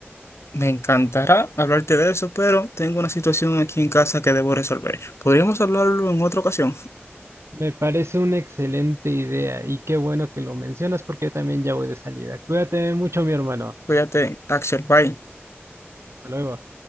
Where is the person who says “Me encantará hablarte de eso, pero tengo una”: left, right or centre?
Left